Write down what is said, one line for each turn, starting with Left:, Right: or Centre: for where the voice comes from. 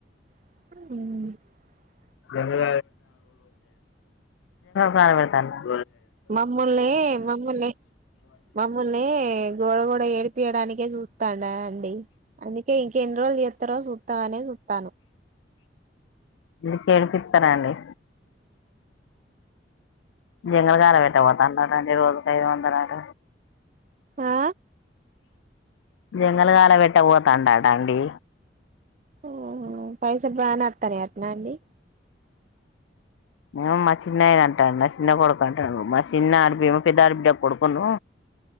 Right: ఆ
Left: జంగల్ కలవేడతాల్ల
Right: మమ్ముల్ని మమ్ముల్ని మమ్ముల్ని గోడగోడ ఏడిపియడానికే చూస్తాండ డా డి అందుకే ఎన్ని రోజులు చేత్తరో చుత్తామనే చుతాళ్లూ
Left: ఇది కేడిపిస్తారండి జంగ కాల పెట్ట పోతాండట అండి రోజుకైదు వందాలట
Right: ఆ
Left: జంగలి కాల పెట్ట పోతాండటండి
Right: ఓహ పైసాల్ బానే తయానా అట్నా అండి
Left: ఏమో మా చిన్నయన అంటాడు నా చిన్న కొడుకు అంటాడు మా చిన్న అడపి ఏమో పెద్ద అడపిడ్డ కొడుకున్ను